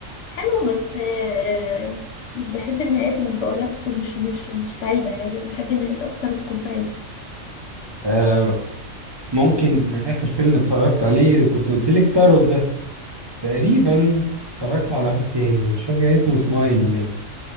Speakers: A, on the left; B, on the right.
A: حلو بس آه، مش بحب النهايات اللي بقول لك مش مش مش سعيده يعني انا بحب النهايات اكتر تكون سعيده
B: آه ممكن اخر فيلم اتفرجت عليه كنت قلت لك تاروت ده تقريبا اتفرجت على واحد تاني مش فاكر اسمه سمايل باين